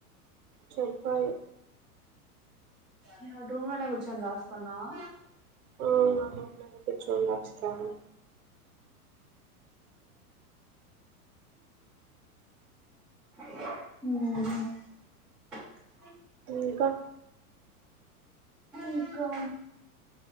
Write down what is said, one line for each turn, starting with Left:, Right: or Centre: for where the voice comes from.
Right: చెప్పాలి
Centre: నా రూమ్ లోనే కూర్చొని రాస్తున్నావా
Right: ఆ కూర్చోని రాస్తాఉన్న
Centre: హ్మ్
Right: ఇంకా
Centre: ఇంకా